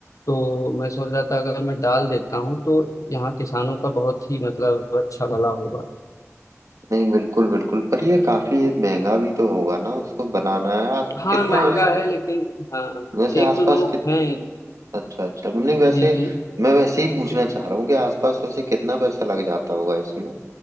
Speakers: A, on the left; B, on the right.
A: तो मैं सोच रहा था अगर मैं डाल देता हूँ तो यहाँ किसानों का बहुत ही मतलब अच्छा भला होगा
B: नहीं बिल्कुल बिल्कुल पर ये काफी ये महंगा भी तो होगा ना उसको बनाना है आस-
A: हाँ
B: कितना
A: महंगा
B: पैसा
A: है लेकिन हाँ
B: वैसे आसपास
A: एक दो लोग
B: कित
A: हैं
B: अच्छा अच्छा नहीं वैसे
A: जी जी
B: मैं वैसे ही पूछना चाह रहा हूँ कि आसपास वैसे कितना पैसा लग जाता होगा इसमें